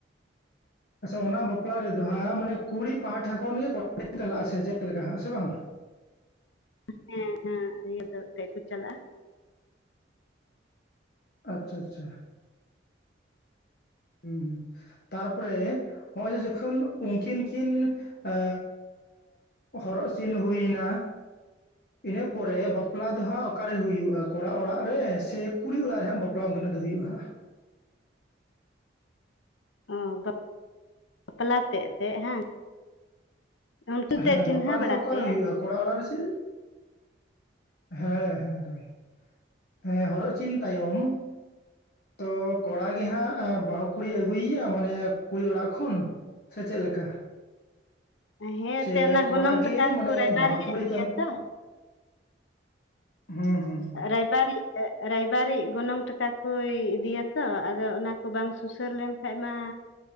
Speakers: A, on the left (about 55°); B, on the left (about 80°).
A: ᱟᱪᱪᱷᱟ ᱚᱱᱟ ᱵᱟᱯᱞᱟ ᱨᱮᱫᱚ ᱦᱟᱸᱜ ᱢᱟᱱᱮ ᱠᱩᱲᱤ ᱯᱟᱦᱟᱴᱟ ᱠᱷᱚᱱ ᱜᱮ ᱪᱟᱞᱟᱜ-ᱟ ᱥᱮ ᱪᱮᱫ ᱞᱮᱠᱟ ᱦᱟᱜ ᱥᱮ ᱵᱟᱝ
B: ᱦᱮᱸ ᱦᱮᱸ ᱤᱭᱟᱹ ᱫᱚ ᱛᱮ ᱠᱚ ᱪᱟᱞᱟᱜ-ᱟ
A: ᱟᱪᱪᱷᱟ ᱟᱪᱪᱷᱟ ᱦᱩᱸ ᱦᱩᱸᱛᱟᱨᱯᱚᱨᱮ ᱦᱚᱜ-ᱚᱭ ᱡᱮ ᱡᱚᱠᱷᱚᱱ ᱩᱱᱠᱤᱱ ᱠᱤᱱ ᱟ ᱦᱚᱨᱚᱜ ᱪᱤᱱ ᱦᱩᱭᱱᱟ ᱤᱱᱟᱹ ᱯᱚᱨᱮ ᱵᱟᱯᱞᱟ ᱫᱚ ᱦᱟᱸᱜ ᱚᱠᱟᱨᱮ ᱦᱩᱭᱩᱜ-ᱟ ᱠᱚᱲᱟ ᱚᱲᱟᱜ ᱨᱮ ᱥᱮ ᱠᱩᱲᱤ ᱚᱲᱟᱜ ᱨᱮ ᱦᱟᱸᱜ ᱵᱟᱯᱞᱟ ᱩᱝᱠᱤᱱᱟᱜ ᱫᱚ ᱦᱟᱜ ᱦᱩᱭᱩᱜ-ᱟ ᱦᱟᱸᱜ
B: ᱚ ᱵᱟᱯᱞᱟ ᱛᱮᱜ ᱫᱮ ᱦᱟ ᱚᱱᱛᱮᱜ
A: ᱦᱟᱸᱜ ᱦᱮᱸ
B: ᱪᱤᱱᱦᱟᱹ
A: ᱵᱟᱯᱞᱟ
B: ᱵᱟᱲᱟ
A: ᱫᱚ ᱦᱟᱸᱜ ᱚᱠᱟᱨᱮ
B: ᱛᱮᱜ
A: ᱦᱩᱭᱩᱜᱼᱟ ᱠᱚᱲᱟ ᱚᱲᱟᱜ ᱨᱮ ᱥᱮ ᱦᱮᱸ ᱦᱮᱸ ᱦᱮᱸ ᱦᱚᱨᱚᱜᱪᱤᱱ ᱛᱟᱭᱚᱢ ᱛᱚ ᱠᱚᱲᱟ ᱜᱮ ᱦᱟᱸᱜ ᱵᱟᱹᱦᱩ ᱠᱩᱲᱤ ᱟᱹᱜᱩᱭᱭᱟ ᱢᱟᱱᱮ ᱠᱩᱲᱤ ᱚᱲᱟᱜ᱾ ᱠᱷᱚᱱ ᱥᱮ ᱪᱮᱫ ᱞᱮᱠᱟ
B: ᱦᱮᱸ
A: ᱥᱮ
B: ᱛᱮ ᱚᱱᱟ
A: ᱠᱚᱲᱟ
B: ᱜᱚᱱᱚᱝ
A: ᱜᱮ
B: ᱴᱟᱠᱟ
A: ᱢᱟᱱᱮ
B: ᱠᱚ ᱨᱟᱭᱵᱟᱨᱤ
A: ᱵᱟᱹᱦᱩ ᱠᱩᱲᱤ ᱛᱟᱢ
B: ᱜᱮᱭᱟ ᱛᱚ᱾
A: ᱦᱩᱸ ᱦᱩᱸ ᱦᱩᱸ
B: ᱨᱟᱭᱵᱟᱨᱤᱜ ᱨᱟᱭᱵᱟᱨᱤᱜ ᱜᱚᱱᱚᱝ ᱴᱟᱠᱟ ᱠᱚᱭ ᱤᱫᱤᱭᱟ ᱛᱚ ᱟᱫᱚ ᱚᱱᱟ ᱠᱚ ᱵᱟᱝ ᱥᱩᱥᱟᱹᱨ ᱞᱮᱱᱠᱷᱟᱡ ᱢᱟ